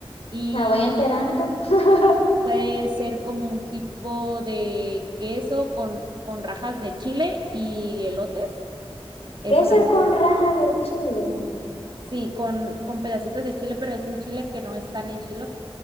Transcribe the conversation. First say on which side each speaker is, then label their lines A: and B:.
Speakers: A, on the right; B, on the left.
A: y
B: me voy enterando. <laughs>
A: puede ser como un tipo de queso con, con rajas de chile y elotes, esa
B: Queso
A: también,
B: con
A: está-
B: raja de chile.
A: sí, con, con pedacitos de chile, pero es un chile que no es tan enchiloso